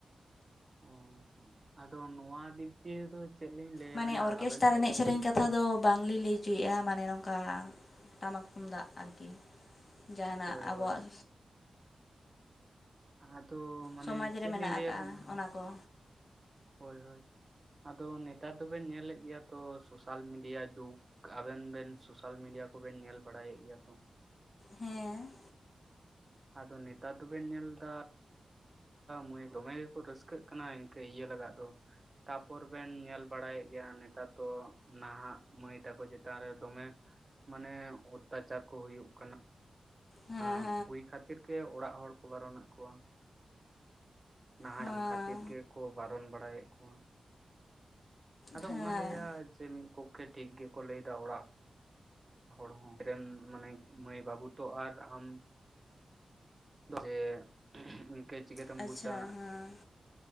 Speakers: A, on the right; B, on the left.
A: ᱚ ᱟᱫᱚ ᱱᱚᱣᱟ ᱫᱤᱠ ᱫᱤᱭᱮ ᱫᱚ ᱪᱮᱫ ᱞᱤᱧ ᱞᱟᱹᱭ
B: ᱢᱟᱱᱮ
A: ᱟᱵᱮᱱᱟ
B: ᱚᱨᱠᱮᱥᱴᱟᱨ
A: ᱟᱵᱮᱱ ᱫᱚ
B: ᱮᱱᱮᱡ ᱥᱮᱨᱮᱧ ᱠᱟᱛᱷᱟ ᱫᱚ ᱵᱟᱝᱞᱤᱧ ᱞᱟᱹᱭ ᱚᱪᱚᱭᱮᱫᱼᱟ ᱢᱟᱱᱮ ᱱᱚᱝᱠᱟ ᱴᱟᱢᱟᱠ ᱛᱩᱢᱫᱟᱜ ᱟᱨᱠᱤ ᱡᱟᱦᱟᱱᱟᱜ
A: ᱦᱳᱭ
B: ᱟᱵᱚᱣᱟᱜ
A: ᱦᱳᱭ ᱟᱫᱚ ᱢᱟᱱᱮ
B: ᱥᱚᱢᱟᱡᱽ
A: ᱪᱮᱫ
B: ᱨᱮ ᱢᱮᱱᱟᱜ
A: ᱞᱤᱧ ᱞᱟᱹᱭ
B: ᱟᱠᱟᱜᱼᱟ
A: ᱟᱵᱮᱱᱟ
B: ᱚᱱᱟ ᱠᱚ
A: ᱦᱳᱭ ᱦᱳᱭ᱾ ᱟᱫᱚ ᱱᱮᱛᱟᱨ ᱫᱚᱵᱮᱱ ᱧᱮᱞᱮᱫ ᱜᱮᱭᱟ ᱛᱚ ᱥᱳᱥᱟᱞ ᱢᱤᱰᱤᱭᱟ ᱡᱩᱜᱽ ᱟᱵᱮᱱ ᱵᱮᱱ ᱥᱳᱥᱟᱞ ᱢᱤᱰᱤᱭᱟ ᱠᱚᱵᱮᱱ ᱧᱮᱞ ᱵᱟᱲᱟᱭᱮᱫ ᱜᱮᱭᱟ ᱛᱚ
B: ᱦᱮᱸ
A: ᱟᱫᱚ ᱱᱮᱛᱟᱨ ᱫᱚᱵᱮᱱ ᱧᱮᱞ ᱫᱟ ᱢᱟᱹᱭ ᱫᱚᱢᱮ ᱜᱮᱠᱚ ᱨᱟᱹᱥᱠᱟᱹᱜ ᱠᱟᱱᱟ ᱤᱱᱠᱟᱹ ᱤᱭᱟᱹ ᱞᱟᱜᱟᱜ ᱫᱚ ᱛᱟᱯᱚᱨ ᱵᱮᱱ ᱧᱮᱞ ᱵᱟᱲᱟᱭᱮᱫ ᱜᱮᱭᱟ ᱱᱮᱛᱟᱨ ᱫᱚ ᱱᱟᱦᱟᱜ ᱢᱟᱹᱭ ᱛᱟᱠᱚ ᱪᱮᱛᱟᱱ ᱨᱮ ᱫᱚᱢᱮ ᱢᱟᱱᱮ ᱚᱛᱛᱟᱪᱟᱨ ᱠᱚ ᱦᱩᱭᱩᱜ ᱠᱟᱱᱟ᱾
B: ᱦᱮᱸ
A: ᱟᱜ
B: ᱦᱮᱸ
A: ᱦᱩᱭ ᱠᱷᱟᱛᱤᱨ ᱜᱮ ᱚᱲᱟᱜ ᱦᱚᱲ ᱠᱚ ᱵᱟᱨᱚᱱᱚᱜ ᱠᱚᱣᱟ᱾ <unintelligible>
B: ᱦᱮᱸ
A: ᱠᱷᱟᱛᱤᱨ ᱜᱮᱠᱚ ᱵᱟᱨᱚᱱ ᱵᱟᱲᱟᱭᱮᱫ ᱠᱚᱣᱟ ᱟᱫᱚ
B: ᱦᱮᱸ
A: ᱚᱱᱟ ᱞᱮᱭᱟ ᱡᱮ ᱢᱤᱫ ᱯᱚᱠᱠᱷᱮ ᱴᱷᱤᱠ ᱜᱮᱠᱚ ᱞᱟᱹᱭᱫᱟ ᱚᱲᱟᱜ ᱦᱚᱲ ᱦᱚ ᱨᱮᱱ ᱢᱟᱱᱮ ᱢᱟᱹᱭ ᱵᱟᱹᱵᱩ ᱛᱚ ᱟᱨ ᱟᱢ ᱡᱮ ᱤᱱᱠᱟᱹ ᱪᱤᱠᱟᱹᱛᱮᱢ
B: ᱟᱪᱪᱷᱟ
A: ᱵᱩᱡᱟ
B: ᱦᱮᱸ